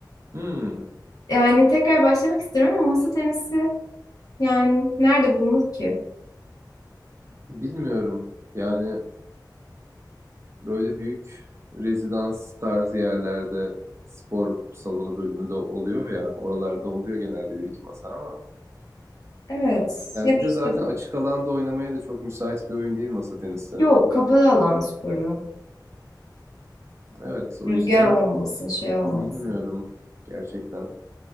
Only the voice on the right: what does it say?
Hmm.
Bilmiyorum. Yani Böyle büyük rezidans tarzı yerlerde spor salonu bölümünde oluyor ya. Oralarda oluyor genelde bir iki masa ama.
Yani
bir
de
zaten açık alanda oynamaya da çok müsait bir oyun değil masa tenisi.
Evet o
yüzden
bilmiyorum gerçekten.